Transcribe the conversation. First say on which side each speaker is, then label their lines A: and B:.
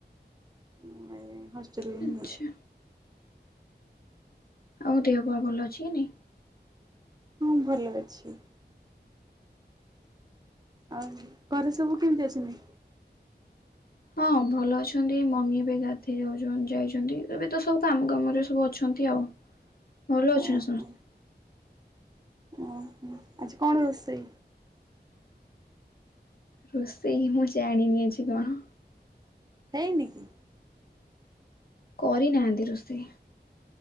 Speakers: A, on the right; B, on the left.
A: ମୁଁ ଏବେ ହଷ୍ଟେଲରେ
B: ଆଚ୍ଛା
A: ହିଁ ଅଛି।
B: ଆଉ ଦେହ ପାହା ଭଲ ଅଛି କି ନାଇଁ?
A: ହଁ ଭଲ ଅଛି। ଆଉ ଘରେ ସବୁ କେମିତି ଅଛନ୍ତି?
B: ହଁ ଭଲ ଅଛନ୍ତି ମମି ଏବେ ଗାଧେଇ ଯାଉ ଯାଇଛନ୍ତି ଏବେ ତ ସବୁ କାମ କାମରେ ସବୁ ଅଛନ୍ତି। ଏମିତି ଆଉ ଭଲ
A: ଓହୋ
B: ଅଛନ୍ତି ସମସ୍ତେ।
A: ଓହୋ ଆଜି କଣ ରୋଷେଇ?
B: ରୋଷେଇ ମୁଁ ଜାଣିନି ଅଜି କଣ?
A: ହେଇନି କି?
B: କରି ନାହାନ୍ତି ରୋଷେଇ।